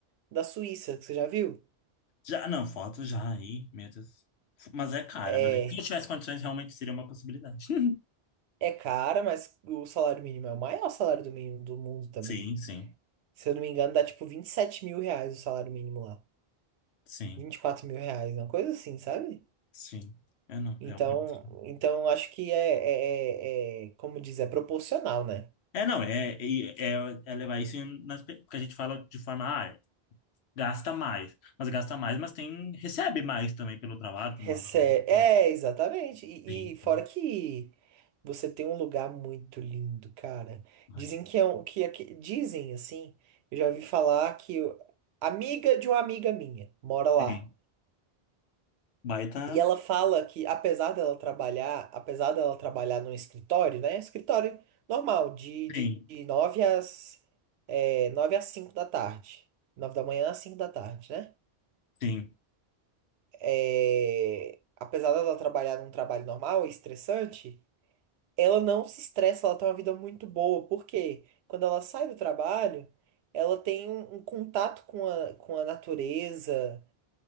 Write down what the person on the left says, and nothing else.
Já, não, foto já aí, meu Deus. Mas é cara,
mas se eu tivesse condições, realmente seria uma possibilidade. <laughs>
Sim, sim,
sim,
sim. Eu não,
realmente.
É, não, é, é, é- é levar isso nas, pe- porque a gente fala de forma, ah, gasta mais, mas gasta mais, mas tem, recebe mais também pelo trabalho,
tem uma valorização.
Sim,
sim.
Ai,
Sim. Baita.
Sim,
sim.